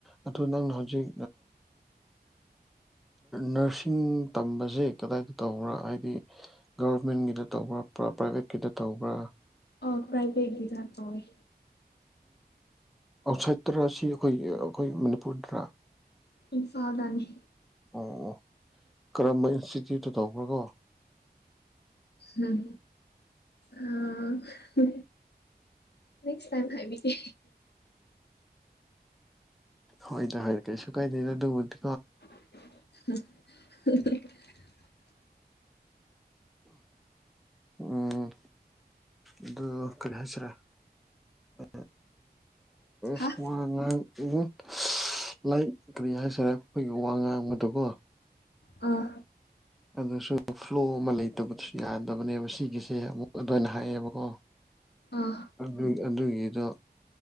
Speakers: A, in the centre; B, on the left.
A: ꯑꯗꯨ ꯅꯪꯅ ꯍꯧꯖꯤꯛ ꯅꯔꯁꯤꯡ ꯇꯝꯕꯁꯦ ꯀꯗꯥꯏꯗ ꯇꯧꯕ꯭ꯔꯥ ꯍꯥꯏꯗꯤ ꯒꯕꯔꯃꯦꯟꯒꯤꯗ ꯇꯧꯕ꯭ꯔꯥ ꯄ꯭ꯔꯥꯏꯚꯦꯠꯀꯤꯗ ꯇꯧꯕ꯭ꯔꯥ
B: ꯑ ꯄ꯭ꯔꯥꯏꯚꯦꯠꯒꯤꯗ ꯇꯧꯑꯦ
A: ꯑꯥꯎꯠꯁꯥꯏꯠꯇꯔꯥꯁꯤ ꯑꯩꯈꯣꯏ ꯑꯩꯈꯣꯏ ꯃꯅꯤꯄꯨꯔꯗ ꯔ
B: ꯏꯝꯐꯥꯜꯗꯅꯤ
A: ꯑꯣ ꯑꯣ ꯀꯔꯝꯕ ꯏꯟꯁꯇꯤꯇ꯭ꯌꯨꯠꯇ ꯇꯧꯕ꯭ꯔ ꯀꯣ
B: ꯎꯝ ꯑ ꯅꯦꯛꯁ ꯇꯥꯏꯝ ꯍꯥꯏꯕꯤꯅꯦ
A: ꯍꯣꯏ ꯗ ꯀꯩꯁꯨꯨꯀꯥꯏꯗꯦ ꯑꯗꯨꯕꯨꯗꯤ
B: <unintelligible>
A: ꯎꯝ ꯑꯗꯨ ꯀꯔꯤ ꯍꯁ꯭ꯔꯥ ꯑ
B: ꯍꯥ
A: ꯁ ꯎꯨꯡ ꯂꯥꯏ ꯀꯔꯤ ꯍꯥꯏꯁꯔꯦ ꯑꯩꯈꯣꯏꯒꯤ ꯋꯥ ꯉꯥꯡꯕꯗꯀꯣ
B: ꯑꯥ
A: ꯍ ꯑꯗꯨꯁꯨ ꯐ꯭ꯂꯣ ꯑꯃ ꯂꯩꯇꯕꯁꯨ ꯌꯥꯗꯕꯅꯦꯕ ꯁꯤꯒꯤꯁꯦ ꯑꯃꯨꯛ ꯑꯗꯨꯃꯥꯏꯅ ꯍꯥꯏꯌꯦꯦꯕꯀꯣ
B: ꯑꯥ
A: ꯑꯗꯨ ꯑꯗꯨ ꯌꯦ ꯑꯗꯣ